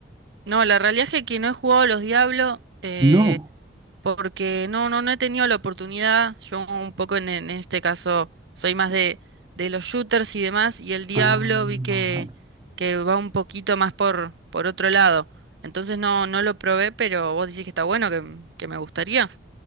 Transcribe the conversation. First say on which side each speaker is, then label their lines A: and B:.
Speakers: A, on the right; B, on the right.
A: No, la realidad es que no he jugado a los Diablos eh,
B: No.
A: porque no, no, no he tenido la oportunidad. Yo un poco en, en este caso soy más de, de los shooters y demás, y el Diablo
B: Ah,
A: vi que,
B: vale.
A: que va un poquito más por, por otro lado. Entonces no, no lo probé, pero vos decís que está bueno, que, que me gustaría.